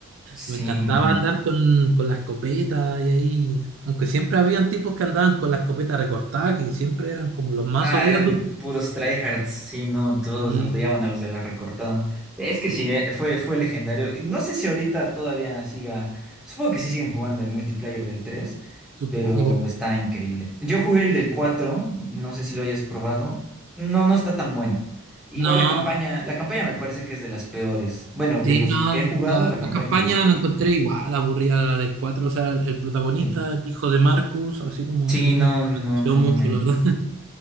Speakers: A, in the centre; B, on the right (about 55°).
A: Sí,
B: Me encantaba
A: no.
B: andar con, con la escopeta y ahí, aunque siempre habían tipos que andaban con la escopeta recortada, que siempre eran como los más
A: Ah,
B: odiosos
A: eran puros tryhards, sí, no, todos
B: Y
A: odiaban a los de la recortada. Es
B: sí,
A: que sí, eh, fue, fue legendario. Y No sé si ahorita todavía siga, supongo que sí siguen jugando el multiplayer del 3,
B: supongo.
A: pero está increíble. Yo jugué el del 4, no sé si lo hayas probado. No, no está tan bueno. Igual
B: No,
A: la campaña, la campaña me parece que es de las peores. Bueno, de
B: sí,
A: los
B: no,
A: que
B: la,
A: he jugado, la campaña
B: la campaña
A: es de las peores.
B: la encontré igual, aburrida la del cuatro o sea, el, el protagonista,
A: Sí.
B: el hijo de Marcus, así como
A: Sí,
B: que no
A: no,
B: me
A: no,
B: convenció
A: no,
B: mucho,
A: no me.
B: la verdad. <laughs>